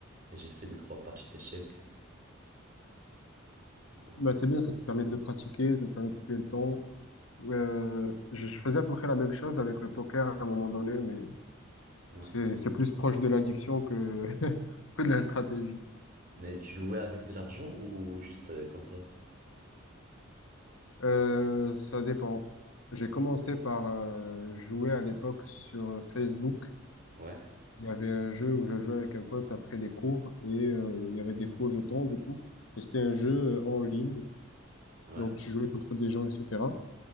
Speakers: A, on the right (about 40°); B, on the left (about 70°).
A: Et j'ai fait deux, trois parties d'échecs. Alors,
B: Bah, c'est bien, ça te permet de pratiquer, ça te permet de tuer le temps. Euh, je je faisais à peu près la même chose avec le poker à un moment donné, mais
A: Ouais.
B: C'est, c'est plus proche de l'addiction que, <laughs> que de la stratégie.
A: Mais tu jouais avec de l'argent ou juste euh, comme ça?
B: Euh, ça dépend. J'ai commencé par euh, jouer à l'époque sur Facebook.
A: Ouais,
B: Il y avait un jeu où je jouais avec un pote après les cours et euh, il y avait des faux jetons du coup. Et c'était un jeu euh, en ligne,
A: ouais.
B: donc tu jouais contre des gens, etc.